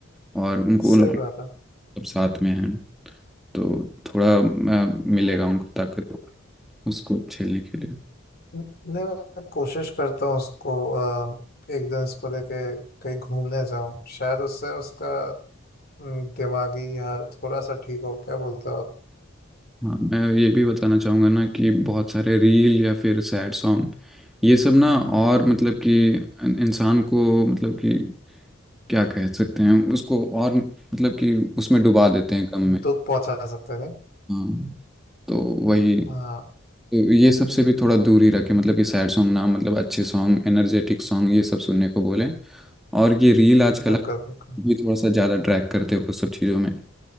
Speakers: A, in the centre; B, on the left.
A: और उनको
B: सही
A: लगे
B: बात है
A: सब साथ में हैं तो थोड़ा आ, मिलेगा उनको ताकत उसको झेलने के लिए
B: न- नहीं मैं कोशिश करता हूँ उसको अ, एक दिन उसको लेके कहीं घूमने जाऊँ शायद उससे उसका हम्म, दिमागी हाल थोड़ा सा ठीक हो क्या बोलते हो आप
A: हाँ मैं ये भी बताना चाहूँगा ना कि बहुत सारे रील या फिर सैड सॉन्ग ये सब ना और मतलब कि इन- इंसान को मतलब कि क्या कह सकते हैं उसको और मतलब कि उसमें डुबा देते हैं गम में
B: दुख पहुंचा सकते हैं नहीं
A: हाँ तो वही
B: हाँ
A: तो ये सब से भी थोड़ा दूर ही रखें मतलब कि सैड सॉन्ग ना मतलब अच्छे सॉन्ग एनर्जेटिक सॉन्ग ये सब सुनने को बोलें और ये रील आजकल
B: बिल्कुल बिल्कुल
A: भी थोड़ा सा ज़्यादा ड्रैग करते हैं वो सब चीज़ों में